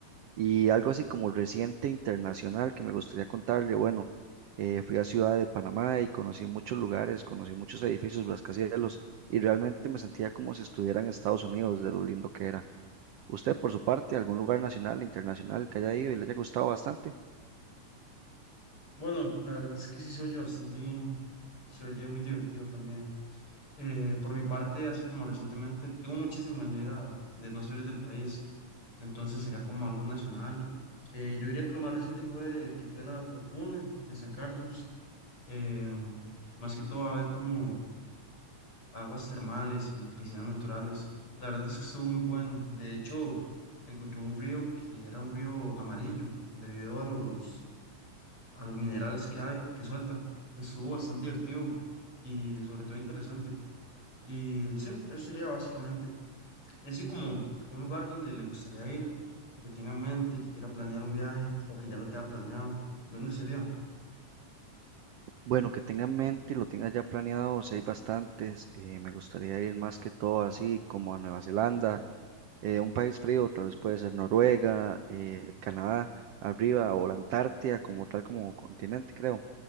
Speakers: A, on the right; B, on the left.
A: Y algo así como reciente internacional que me gustaría contarle, bueno, eh, fui a Ciudad de Panamá y conocí muchos lugares, conocí muchos edificios, rascacielos, y realmente me sentía como si estuviera en Estados Unidos, de lo lindo que era. ¿Usted, por su parte, algún lugar nacional, internacional que haya ido y le haya gustado bastante?
B: Bueno, la verdad es que sí se oye bastante bien. Se oye muy divertido también. Eh, por mi parte, así como recientemente, tengo muchísimo en ir a- de no salir del país, entonces sería como algo nacional. Eh, yo diría que lo más reciente fue que fui a La Fortuna en San Carlos, em, más que todo a ver como aguas termales y piscinas naturales. La verdad es que estuvo muy bueno. De hecho, encontré un río que era un río amarillo debido a los, a los minerales que hay, que suelta. Estuvo bastante divertido y sobre todo interesante. Y sí, eso sería básicamente. Y así como un lugar donde le gustaría ir, que tenga en mente, que quiera planear un viaje o que ya lo tenga planeado, ¿dónde sería?
A: Bueno, que tenga en mente y lo tenga ya planeado, si hay bastantes, eh, me gustaría ir más que todo así como a Nueva Zelanda eh, un país frío, tal vez puede ser Noruega, eh, Canadá, arriba, o la Antártida como tal, como continente, creo.